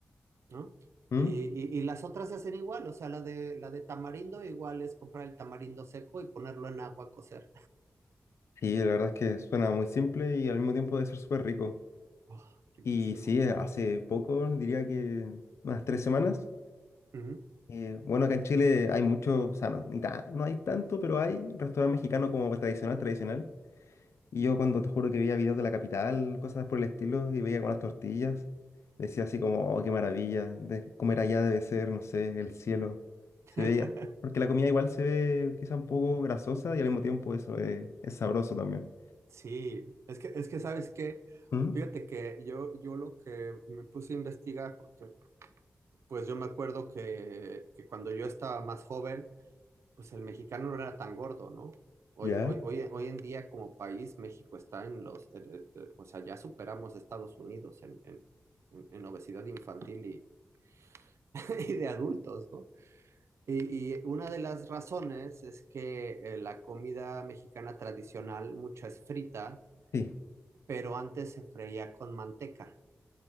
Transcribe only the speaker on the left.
¿Mm?
Sí, la verdad es que suena muy simple y al mismo tiempo debe ser súper rico.
Y sí, eh, hace poco, diría que unas tres semanas.
eh, bueno, acá en Chile hay mucho, o sea, no, ni ta- no hay tanto, pero hay restaurante mexicano como tradicional, tradicional. Y yo cuando te juro que veía videos de la capital, cosas por el estilo, y veía con las tortillas, decía así como, oh, qué maravilla, de comer allá debe ser, no sé, el cielo. Se
veía, porque la comida igual se ve quizá un poco grasosa y al mismo tiempo eso es, es sabroso también.
¿Mm?
¿Ya?
Sí,